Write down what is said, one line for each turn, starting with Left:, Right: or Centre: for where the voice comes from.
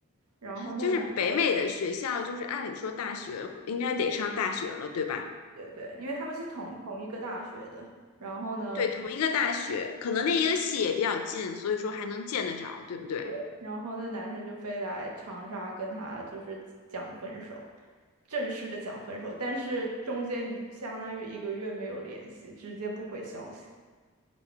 Right: 然后那男，
Left: 就是北美的学校，就是按理说大学应该得上大学了，对吧？
Right: 对对，因为他们是同同一个大学的，然后呢，
Left: 对，同一个大学，可能那一个系也比较近，所以说还能见得着，对不对？
Right: 对，然后那男生就飞来长沙跟他就是讲分手。正式的讲分手，但是中间一相当于一个月没有联系，直接不回消息。